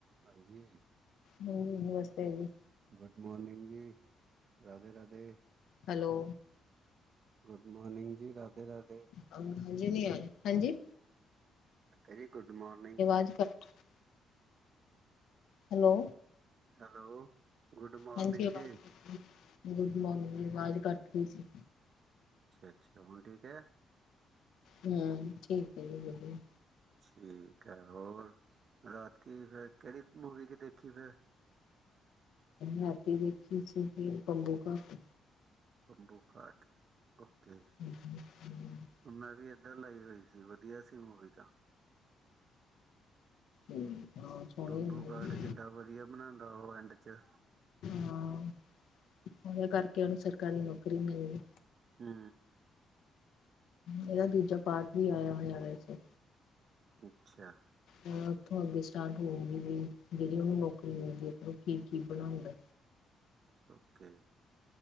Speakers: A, on the right; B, on the left.
A: ਹਾਂਜੀ।
B: ਹੂੰ ਨਮਸਤੇ ਜੀ।
A: ਗੁੱਡ ਮੋਰਨਿੰਗ ਜੀ ਰਾਧੇ-ਰਾਧੇ।
B: ਹੈਲੋ।
A: ਗੁੱਡ ਮੋਰਨਿੰਗ ਜੀ ਰਾਧੇ-ਰਾਧੇ
B: ਆ, ਹਜੇ ਨੀ ਆਏ ਹਾਂਜੀ।
A: Very good morning.
B: <unintelligible> Hello.
A: Hello. Good ਮੋਰਨਿੰਗ
B: ਹਾਂਜੀ, ਅਵਾਜ
A: ਜੀ
B: ਕੱਟਗੀ ਗੁੱਡ ਮੋਰਨਿੰਗ ਜੀ ਆਵਾਜ਼ ਸੀ
A: ਅੱਛਾ-ਅੱਛਾ ਹੁਣ ਠੀਕ ਐ।
B: ਹੂੰ ਠੀਕ ਐ ਜੀ ਵਧੀਆ
A: ਠੀਕ ਐ ਹੋਰ ਰਾਤ ਕੀ ਫਿਰ ਕੇੜੀ ਮੂਵੀ ਕਿ ਦੇਖੀ ਫੇਰ
B: ਰਾਤੀ ਵੇਖੀ ਸੀਗੀ ਬੰਬੂਕਾਟ।
A: ਬੰਬੂਕਾਟ ਉਕੇ।
B: ਹੂੰ-ਹੂੰ।
A: ਮੈਂ ਵੀ ਏਧਰ ਲਾਈ ਹੋਈ ਸੀ। ਵਧੀਆ ਸੀ ਮੂਵੀ ਤਾਂ
B: ਹਾਂ ਸੋਹਣੀ
A: ਬੰਬੂਕਾਟ
B: ਮੂਵੀ
A: ਕਿੰਦਾਂ ਵਧੀਆ ਬਣਾਦਾ। ਉਹ ਐਂਡ ਚ
B: ਹਾਂ, ਉਹਦੇ ਕਰਕੇ ਉਹਨੂੰ ਸਰਕਾਰੀ ਨੌਕਰੀ ਮਿਲਦੀ।
A: ਹੂੰ।
B: ਇਹਦਾ ਦੂਜਾ ਪਾਰਟ ਵੀ ਆਇਆ ਹੋਇਆ ਵੈਸੇ
A: ਅੱਛਾ
B: ਹ ਉੱਥੋਂ ਅੱਗੇ ਸਟਾਰਟ ਹੋਊਗੀ ਵੀ ਜਿਹੜੀ ਉਨੂੰ ਨੌਕਰੀ ਮਿਲਦੀ ਹੈ ਪਰ ਉਹ ਕੀ ਕੀ ਬਣਾਊਂਗਾ
A: ਓਕੇ